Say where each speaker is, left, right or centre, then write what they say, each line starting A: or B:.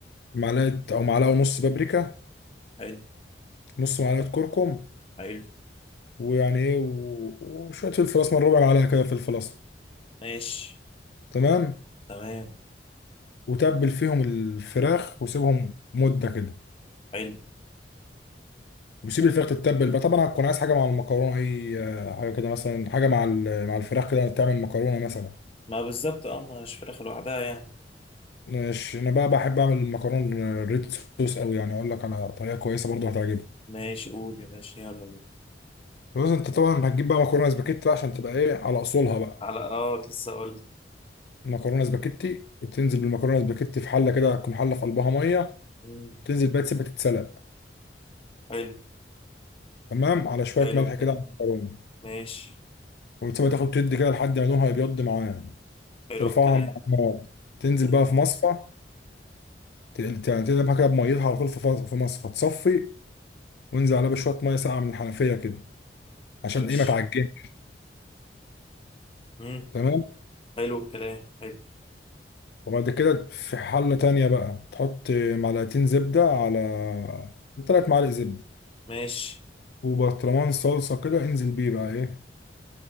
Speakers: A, on the left; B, on the left.
A: معلقه او معلقه ونص بابريكا
B: حلو
A: نص معلقه كركم
B: حلو
A: ويعني ايه و- وشويه فلفل اسمر ربع معلقه كده فلفل اسمر
B: ماشي
A: تمام
B: تمام
A: وتبل فيهم الفراخ وسيبهم مده كده
B: حلو
A: وسيب الفراخ تتبل بقى طبعا هتكون عايز حاجه مع المكرونه اي آه، حاجه كده مثلا حاجه مع ال- مع الفراخ كده تعمل مكرونه مثلا
B: ما بالظبط اه ما هيش فراخ لوحدها يعني
A: ماشي انا بقى بحب اعمل المكرونه الريد صوص قوي يعني اقول لك على طريقه كويسه برضه هتعجبك
B: ماشي قول يا باشا يلا بينا
A: بس انت طبعا هتجيب بقى مكرونه سباكيتي بقى عشان تبقى ايه على اصولها بقى
B: على اه كنت لسه اقول لك.
A: المكرونه سباكيتي تنزل بالمكرونه سباكيتي في حله كده تكون حله في قلبها ميه
B: مم،
A: تنزل بقى تسيبها تتسلق
B: حلو
A: تمام على شويه
B: حلو
A: ملح
B: الكلام
A: كده على المكرونه
B: ماشي
A: وتسيبها تاخد تد كده لحد ما لونها يبيض معايا
B: حلو
A: ترفعها
B: الكلام
A: من على النار تنزل
B: مم،
A: بقى في مصفى تقل- يعني تقلبها كده بميتها على طول في فص- في مصفى تصفي وانزل عليها بشويه ميه ساقعه من الحنفيه كده عشان
B: ماشي
A: ايه ما تعجنش
B: مم،
A: تمام
B: حلو الكلام حلو
A: وبعد كده في حلة تانية بقى تحط معلقتين زبدة على تلات معالق زبدة
B: ماشي
A: وبرطمان صلصة كده انزل بيه بقى ايه